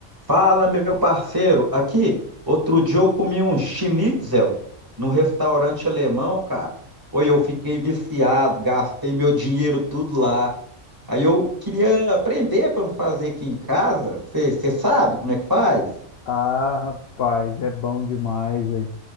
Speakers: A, on the right; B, on the left.
A: Fala, meu parceiro. Aqui, outro dia eu comi um schnitzel num restaurante alemão, cara. Oi, eu fiquei viciado, gastei meu dinheiro tudo lá. Aí eu queria aprender para fazer aqui em casa. Você sabe como é que faz?
B: Ah, rapaz, é bom demais aí.